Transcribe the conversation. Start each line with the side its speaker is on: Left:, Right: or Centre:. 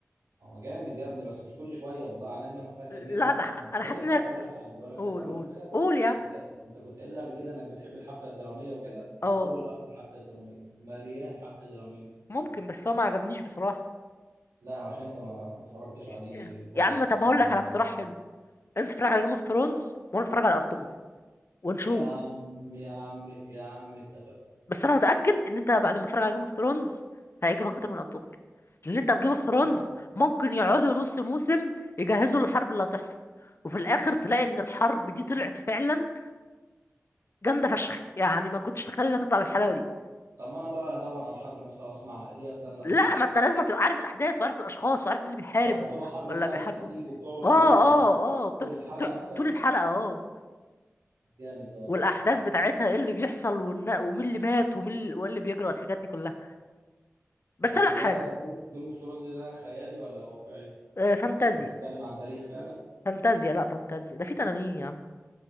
Right: هو جامد يا ابني بس مش كل شويه والله على انما فيها كميه
Left: لا
Right: اكشن
Left: انا انا
Right: بقول
Left: حاسس
Right: لك
Left: ان
Right: حاجه
Left: هي-
Right: بقول لك حاجه بقول لك
Left: قول
Right: حاجه اقول
Left: قول
Right: لك حاجه
Left: قول يا عم
Right: انت انت كنت قايل لي قبل كده انك بتحب الحبكه الدراميه وكده ارطغرل
Left: اه
Right: اول حبكه دراميه مليان حبكه دراميه
Left: ممكن بس هو ما عجبنيش بصراحه
Right: لا عشان انت ما ما اتفرجتش عليه
Left: إيه؟
Right: كويس
Left: يا عم طب هقول
Right: أو
Left: لك
Right: ما-
Left: على اقتراح حلو انت اتفرج على جيم اوف ثرونز وانا اتفرج على ارطغرل ونشوف
Right: يا عم يا عم يا عم اتفق
Left: بس انا متاكد ان انت بعد ما تتفرج على جيم اوف ثرونز هيعجبك اكتر من ارطغرل لان انت في جيم اوف
Right: آه.
Left: ثرونز ممكن يقعدوا نص موسم يجهزوا للحرب اللي هتحصل وفي الاخر تلاقي ان الحرب دي طلعت فعلا جامده فشخ يعني ما كنتش تتخيل انها تطلع بالحلاوه دي
Right: طب ما انا بقى ادور على الحرب نفسها واسمعها ليه استنى ده
Left: لا
Right: كله
Left: ما انت لازم تبقى عارف الاحداث وعارف الاشخاص وعارف مين اللي بيحارب
Right: يعني بتبقى حرب
Left: ولا
Right: فيها
Left: بيحاربه
Right: ناس كتير وبتقعد
Left: اه
Right: طول ال...
Left: اه اه بتقعد
Right: طول الحلقه
Left: بتقعد
Right: مثلا
Left: طول الحلقه اه
Right: جامد ده والله
Left: والاحداث بتاعتها ايه اللي بيحصل والنا- ومين اللي مات ومين اللي, واللي بيجري والحاجات دي كلها بس
Right: بس
Left: اقول لك
Right: ده
Left: حاجه
Right: جيم اوف جيم اوف ثرونز ده خيالي ولا واقعي
Left: آه، فانتازيا
Right: بيتكلم عن تاريخ فعلا
Left: فانتازيا لا فانتازيا ده في تنانين يا عم